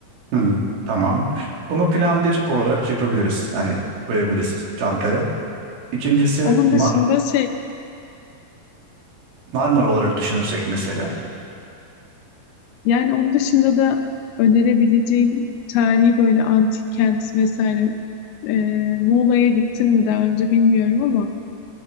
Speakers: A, on the right; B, on the left.
A: Hmm, tamam. Bunu plan bir olarak yapabiliriz. Hani koyabiliriz çantaya. İkincisi
B: Onun
A: Mar
B: dışında şey,
A: Marmara olarak düşünürsek mesela.
B: yani onun dışında da önerebileceğim tarihi böyle antik kent vesaire e, Muğla'ya gittin mi daha önce bilmiyorum ama